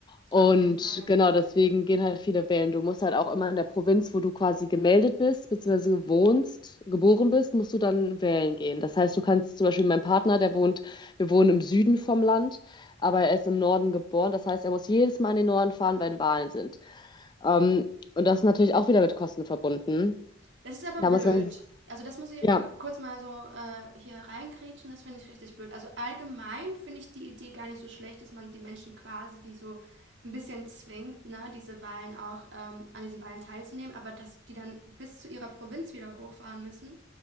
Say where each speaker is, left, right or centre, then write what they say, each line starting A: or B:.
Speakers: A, on the left; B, on the right.
A: Und
B: Auf jeden Fall.
A: genau deswegen gehen halt viele wählen. Du musst halt auch immer in der Provinz, wo du quasi gemeldet bist, beziehungsweise wohnst, geboren bist, musst du dann wählen gehen. Das heißt, du kannst zum Beispiel mein Partner, der wohnt, wir wohnen im Süden vom Land, aber er ist im Norden geboren. Das heißt, er muss jedes Mal in den Norden fahren, wenn Wahlen sind. Ähm, und das ist natürlich auch wieder mit Kosten verbunden.
B: Das ist aber
A: Da
B: blöd.
A: muss man,
B: Also das muss ich
A: ja,
B: kurz mal so äh, hier reingrätschen, das finde ich richtig blöd. Also allgemein finde ich die Idee gar nicht so schlecht, dass man die Menschen quasi, die so ein bisschen zwingt, ne, diese Wahlen auch ähm, an diesen Wahlen teilzunehmen, aber dass die dann bis zu ihrer Provinz wieder hochfahren müssen,